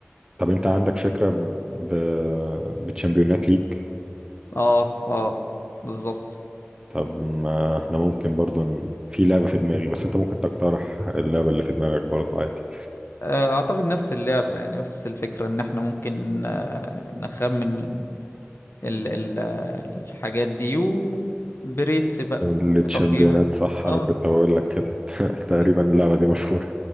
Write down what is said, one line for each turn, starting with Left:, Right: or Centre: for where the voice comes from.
Right: طب انت عندك فكره ب... بتشامبيونات ليج
Left: اه اه بالظبط
Right: طب ما احنا ممكن برضو ن- في لعبة في دماغي بس انت ممكن تقترح اللعبة اللي في دماغك برضو عادي
Left: آه، اعتقد نفس اللعبة يعني نفس الفكرة ان احنا ممكن آه، نخمن ال ال الحاجات دي وبريتس بقى
Right: التشامبيونات
Left: بتقييمات
Right: صح
Left: اه
Right: انا كنت بقول لك كده <laughs> تقريبا
Left: بالظبط
Right: اللعبة دي مشهورة